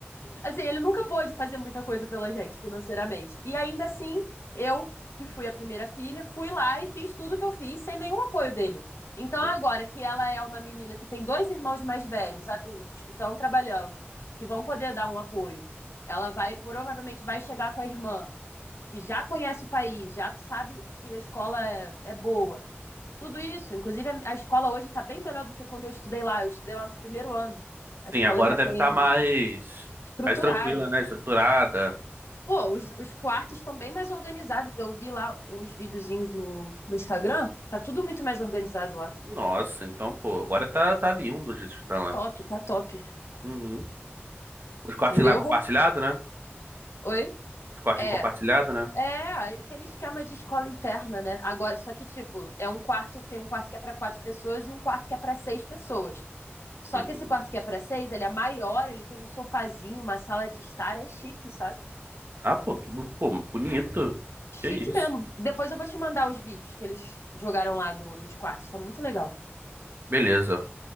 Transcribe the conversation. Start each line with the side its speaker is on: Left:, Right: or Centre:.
Left: Assim, ele nunca pôde fazer muita coisa pela gente financeiramente. E ainda assim, eu, que fui a primeira filha, fui lá e fiz tudo que eu fiz sem nenhum apoio dele. Então,
Right: sim.
Left: agora que ela é uma menina que tem dois irmãos mais velhos, adultos, que estão trabalhando, que vão poder dar um apoio, ela vai, provavelmente, vai chegar com a irmã, que já conhece o país, já sabe que a escola é, é boa. Tudo isso, inclusive a- a escola hoje está bem melhor do que quando eu estudei lá. Eu estudei lá no primeiro ano. A escola
Right: Sim, agora
Left: já
Right: deve
Left: tem
Right: estar mais,
Left: estruturada.
Right: mais tranquila, né? Estruturada.
Left: Pô, os, os quartos estão bem mais organizados. Eu vi lá uns videozinhos no, no Instagram. Tá tudo muito mais organizado lá.
Right: Nossa, então, pô, agora tá, tá lindo de estar
Left: É
Right: lá.
Left: top, tá top.
Right: Uhum. Os cortes
Left: Entendeu?
Right: lá
Left: Eu
Right: compartilhado,
Left: vou.
Right: né?
Left: Oi?
Right: Os cortinhos
Left: É.
Right: compartilhado, né?
Left: É, aquele esquema de escola interna, né? Agora, só que, tipo, é um quarto, tem um quarto que é para quatro pessoas e um quarto que é para seis pessoas. Só
Right: Uhum.
Left: que esse quarto que é para seis, ele é maior, ele tem um sofazinho, uma sala de estar, é chique, sabe?
Right: Ah, pô, que bu- pô, bonito.
Left: Chique
Right: Que isso.
Left: mesmo. Depois eu vou te mandar os vídeos que eles jogaram lá do, dos quartos, tá muito legal.
Right: Beleza,